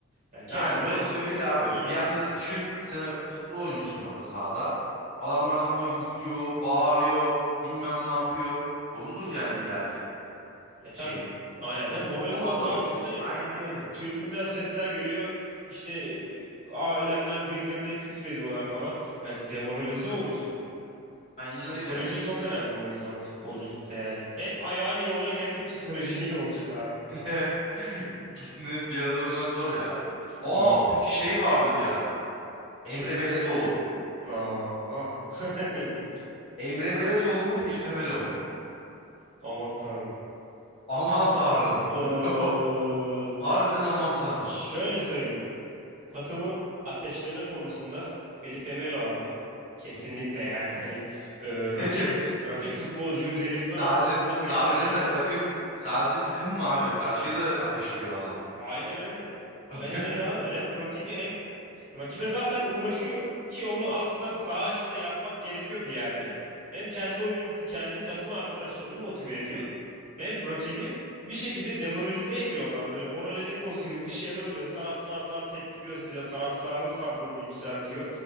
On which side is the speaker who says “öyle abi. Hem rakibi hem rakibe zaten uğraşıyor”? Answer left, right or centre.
Right